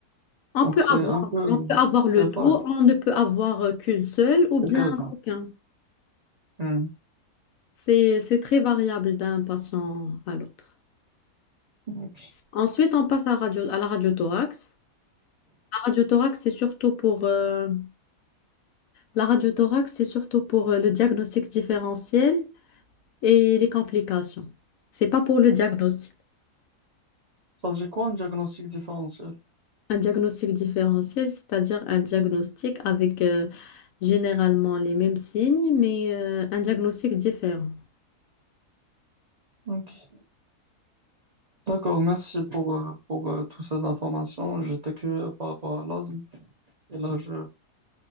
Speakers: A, on the left (about 65°); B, on the right (about 85°).
A: On
B: Donc,
A: peut
B: c'est
A: avoir,
B: un peu,
A: on peut avoir
B: c'est
A: le tout,
B: vague,
A: on ne peut avoir euh, qu'une seule ou
B: quelques-uns.
A: bien aucun.
B: Hmm.
A: C'est, c'est très variable d'un patient à l'autre.
B: Ok.
A: Ensuite, on passe à, radio, à la radiothorax. La radiothorax, c'est surtout pour, euh, la radiothorax, c'est surtout pour euh, le diagnostic différentiel et les complications. C'est pas pour le diagnostic.
B: Ça veut dire quoi un diagnostic différentiel?
A: Un diagnostic différentiel, c'est-à-dire un diagnostic avec euh, généralement les mêmes signes, mais euh, un diagnostic différent.
B: Ok. D'accord, merci pour, euh, pour euh, toutes ces informations. J'étais curieux par rapport à l'asthme et là, je,